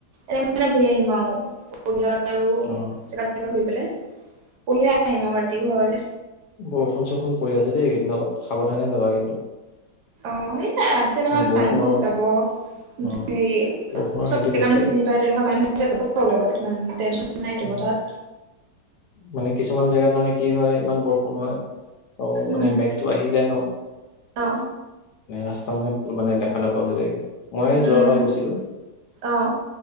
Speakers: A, on the right; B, on the left.
A: এনেকে মানে ঘূৰি আহিম আৰু <unintelligible>
B: অ
A: এনেকে শুই পেলাই পঢ়িয়ে আহিম আৰু ৰাতি ঘৰলে।
B: বৰষুণ চৰুষুণ পৰি আছে দেই। এইকেইদিন অলপ সাৱধানে যাবা কিন্তু।
A: অ' সেই আছে নহয়
B: মানে বৰষুণৰ
A: মানুহ যাব
B: অ
A: সেই
B: বৰষুণৰ
A: চব
B: সেইটো
A: জেগা
B: বেছি
A: মানে চিনি ত' তেনেকুৱা মানুহ এটা যাব বাৰু লগত ইমান টেনশ্যন নাই সেইটো
B: অ
A: কথাত।
B: মানে কিছুমান জেগাত মানে কি হয় ইমান বৰষুণ হয়। ত'
A: উম
B: মানে মেঘটো আহি যায় ন'।
A: অ
B: ৰাস্তা মানে মানে দেখা নোপোৱা হৈ যায়, মই এই
A: উম
B: যোৱাবাৰ গৈছিলো।
A: অ